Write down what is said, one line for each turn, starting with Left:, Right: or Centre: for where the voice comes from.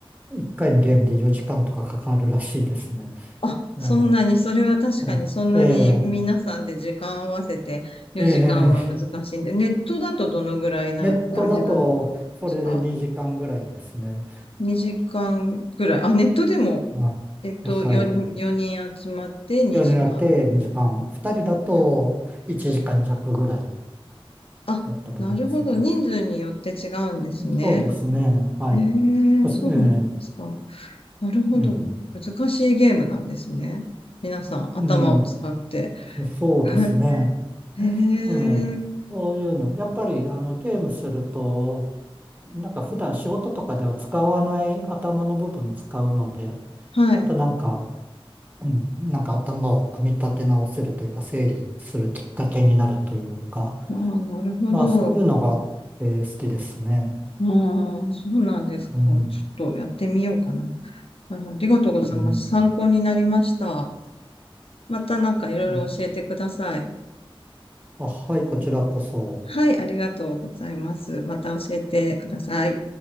Right: 1回のゲームで4時間とかかかるらしいですね。
Left: あ、そんなに、
Right: あの、
Left: それは確かにそんなに皆さんで時間合わせて4時間は難しいんで、
Right: うん、ええええ
Left: ネットだとどのぐらいな感じだったんで
Right: ネットだと、それで2時間ぐらいですね。
Left: すか ?2 時間ぐらい。あ、ネットでも、
Right: あ、
Left: えっと、
Right: はい。
Left: 4、4人集まって2時間みたいな。
Right: 夜になって2時間。2人だと1時間弱ぐらい
Left: あ、
Right: だったと思いますが。
Left: なるほど。人数によって違うんですね。
Right: そうですね。はい。
Left: ええ
Right: まずええ
Left: そうなんですか。なるほど。
Right: うん。
Left: 難しいゲームなんですね。皆さん、頭を使って。
Right: うん。そそうですね。
Left: <laughs> ええ
Right: ええ。そういうの。やっぱり、あの、ゲームすると、なんか普段仕事とかでは使わない頭の部分使うので、
Left: はい。
Right: またなんか、うん、なんか頭を組み立て直せるというか、整理するきっかけになるというか、
Left: ああ、なるほど。
Right: まあそういうのがあって好きですね。
Left: ああ、そうなんですか。
Right: うん、
Left: ちょっとやってみようかな。ああ、ありがとうございます。
Right: うん。
Left: 参考になりました。またなんかいろいろ教えてください。
Right: あ、あはい、こちらこそ。
Left: はい、ありがとうございます。また教えてください。